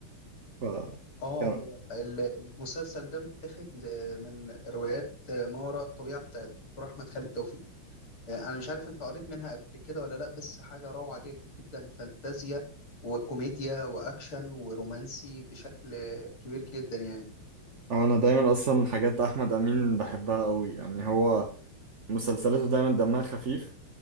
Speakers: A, on the right; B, on the left.
A: ف
B: اه
A: كان
B: هو ال- المسلسل ده متاخد آه، من روايات آه، ما وراء الطبيعة بتاعت الدكتور أحمد خالد توفيق آه، أنا مش عارف أنت قريت منها قبل كده ولا لأ بس حاجة روعة جدا فانتازيا وكوميديا وأكشن ورومانسي بشكل آه، كبير جدا يعني
A: هو أنا دايما أصلا حاجات أحمد أمين بحبها أوي يعني هو مسلسلاته دايما دمها خفيف